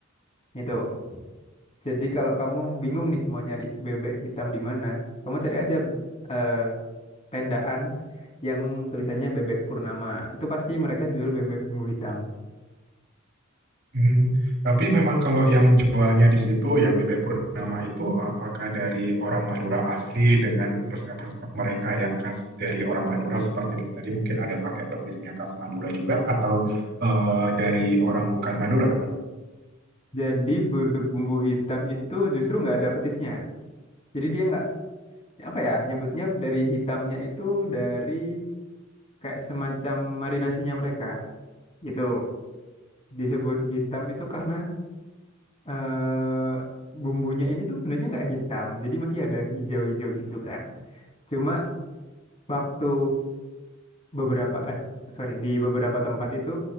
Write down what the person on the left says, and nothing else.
gitu. Jadi kalau kamu bingung nih mau nyari bebek hitam di mana, kamu cari aja eh, tendaan yang tulisannya bebek Purnama. Itu pasti mereka jual bebek bumbu hitam.
Jadi bebek bumbu hitam itu justru nggak ada petisnya. Jadi dia nggak apa ya nyebutnya dari hitamnya itu dari kayak semacam marinasinya mereka gitu disebut hitam itu karena eh bumbunya ini tuh sebenarnya nggak hitam jadi masih ada hijau-hijau gitu kan cuma waktu beberapa eh sorry di beberapa tempat itu